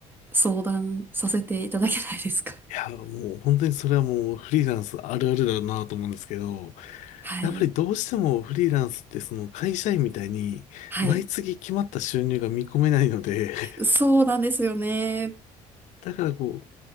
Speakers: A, on the right (about 15°); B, on the left (about 75°).
A: 相談させていただけないですか
B: や、もう本当にそれはもうフリーランスあるあるだなと思うんですけど、
A: <laughs> はい。
B: やっぱりどうしてもフリーランスってその会社員みたいに毎月決まった収入が見込めないので、
A: はい。
B: <laughs>
A: そうなんですよね。
B: だからこう、